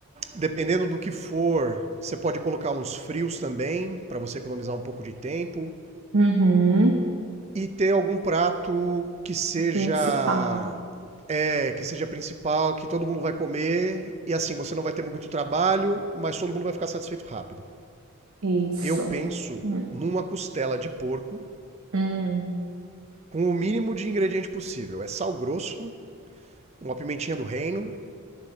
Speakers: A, on the right; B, on the right.
A: dependendo do que for, você pode colocar uns frios também, para você economizar um pouco de tempo.
B: Uhum.
A: E ter algum prato que seja
B: Principal.
A: é, que seja principal, que todo mundo vai comer e assim, você não vai ter muito trabalho, mas todo mundo vai ficar satisfeito rápido.
B: Isso.
A: Eu penso
B: Hum,
A: numa costela de porco
B: hum,
A: com o mínimo de ingrediente possível. É sal grosso, uma pimentinha do reino,